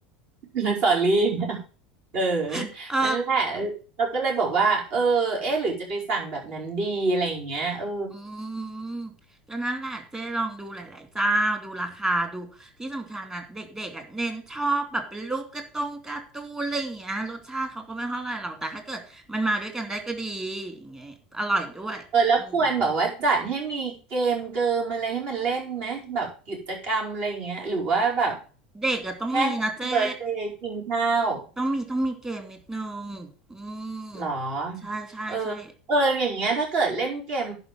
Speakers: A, on the right; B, on the right.
A: <laughs> สอรี่เออ
B: <laughs> เออ
A: นั่นแหละ เราก็เลยบอกว่าเออเอ๊ะหรือจะไปสั่งแบบนั้นดีอะไรอย่างเงี้ยเออ
B: อืมก็นั่นแหละเจ๊ลองดูหลายๆเจ้าดูราคาดูที่สำคัญนะเด็กๆอ่ะเน้นชอบแบบเป็นรูปการ์ตงการ์ตูนอะไรอย่างเงี้ยรสชาติเขาก็ไม่เท่าไหร่หรอกแต่ถ้าเกิดมันมาด้วยกันได้ก็ดีอย่างเงี้ยอร่อยด้วยอืม
A: เออแล้วควรแบบว่าจัดให้มีเกมเกิมอะไรให้มันเล่นไหมแบบกิจกรรมอะไรอย่างเงี้ยหรือว่าแบบ
B: เด็กอ่ะต้องมีนะเจ๊
A: แค่แฮปปี้เบิร์ a เดย์กินข้าว
B: ต้องมีต้องมีเกมนิดนึงอืม
A: หรอ
B: ใช่ใช่ใช่
A: เออเอออย่างเงี้ยถ้าเกิดเล่นเกม